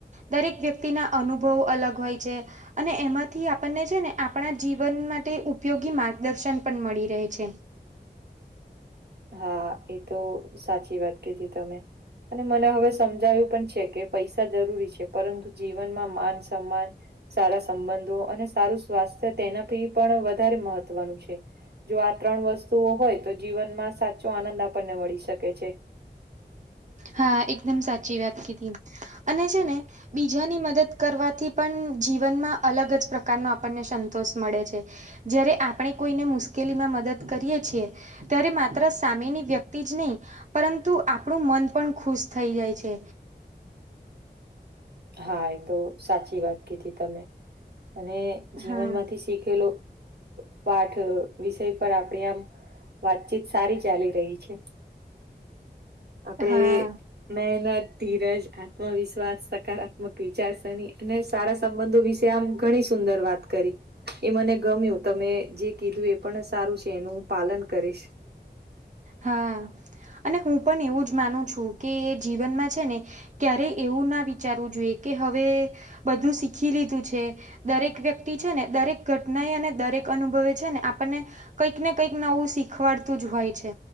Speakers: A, on the right; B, on the right.
A: દરેક વ્યક્તિના અનુભવો અલગ હોય છે અને એમાંથી આપણને છે ને આપણા જીવન માટે ઉપ ઉપયોગી માર્ગદર્શન પણ મળી રહે છે.
B: હા એ તો સાચી વાત કીધી તમે. અને મને હવે સમજાયું પણ છે કે પૈસા જરૂરી છે પરંતુ જીવનમાં માન, સમાન સારા સંબંધો અને સારું સ્વાસ્થ્ય તેનાથી પણ વધારે મહત્વનું છે. જો આ ત્રણ વસ્તુઓ હોય તો જીવનમાં સાચો આનંદ આપણને મળી શકે છે.
A: હા એકદમ સાચી વાત કીધી અને છે ને બીજાની મદદ કરવાથી પણ જીવનમાં અલગ જ પ્રકારનો આપણને સંતોષ મળે છે. જ્યારે આપણે કોઈને મુશ્કેલી માં મદદ કરીએ છીએ ત્યારે માત્ર સામેની વ્યક્તિ જ નય પરંતુ આપણું મન પણ ખુશ થઈ જાય છે.
B: હા એ તો સાચી વાત કીધી તમે. અને જીવનમાંથી
A: હા
B: શીખેલો પાઠ વિષય પર આપણે આમ વાતચીત સારી ચાલી રહી છે. આપડે
A: હા
B: મહેનત, ધીરજ, આત્મવિશ્વાસ સકારાત્મક વિચારસરણી અને સારા સંબંધો વિશે આમ ઘણી સુંદર વાત કરી. એ મને ગમ્યું તમે જે કીધું એ પણ સારું છે એનું પાલન કરીશ.
A: હા અને હું પણ એવું જ માનું છું કે જીવનમાં છે ને ક્યારે એવું ના વિચારવું જોઈએ કે હવે બધું શીખી લીધું છે. દરેક વ્યક્તિ છે ને દરેક ઘટના એ અને દરેક અનુભવે છે ને આપણને કંઈક ને કંઈક નવું શીખવાડતું જ હોય છે.